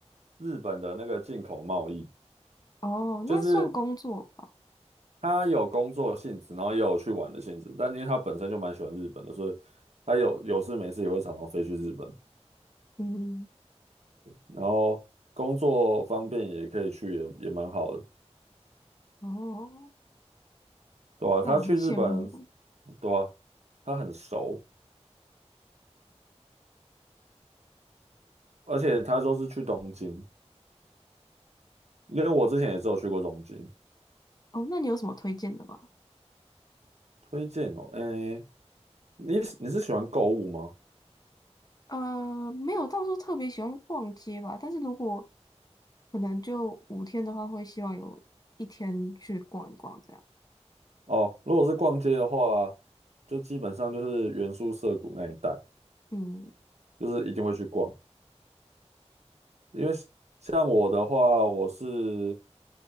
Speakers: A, on the right; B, on the left.
A: 日本的那个进口贸易，
B: <laughs> 哦，
A: 就是
B: 那算工作吧。
A: 他有工作性质，然后也有去玩的性质。但因为他本身就蛮喜欢日本的，所以他有有事没事也会常常飞去日本，
B: 嗯，
A: 然后工作方便也可以去也，也蛮好的，
B: 哦，
A: 对啊，
B: 哇，
A: 他去日本，
B: 很羡慕欸。
A: 对啊，他很熟，而且他都是去东京，因为我之前也只有去过东京。
B: 哦，那你有什么推荐的吗？
A: 推荐哦，诶，你你是喜欢购物吗？
B: 呃，没有到时候特别喜欢逛街吧，但是如果可能就五天的话，会希望有一天去逛一逛这样。
A: 哦，如果是逛街的话，就基本上就是原宿涩谷那一带，
B: 嗯，
A: 就是一定会去逛。因为像我的话，我是